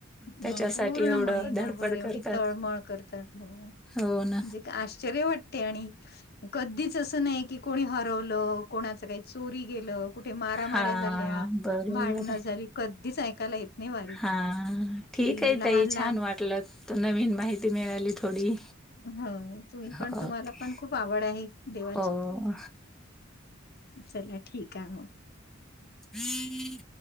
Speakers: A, in the centre; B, on the left (about 50°).
A: त्याच्यासाठी
B: म पूर्ण
A: एवढं
B: महिनाभर
A: धडपड
B: एवढी.
A: करतात.
B: तळमळ करतात हो म्हणजे
A: हो ना.
B: आश्चर्य वाटत. ते आणि कधीच असं नाही की कोणी हरवलं कोणाच काही चोरी गेलं. कुठे मारा
A: हां,
B: मऱ्या झाल्या
A: बरोबर
B: भांडण झाली कधीच ऐकायला येत. नाही वारीत.
A: हा ठीक
B: कि
A: आहे
B: लहान
A: तई
B: लहान
A: छान वाटलं त नवीन माहिती मिळाली थोडी
B: हो तुम्ही पण
A: हो,
B: तुम्हाला
A: ओके.
B: पण खूप आवड आहे देवाची
A: हो.
B: चला ठीक आहे म
A: हम्म.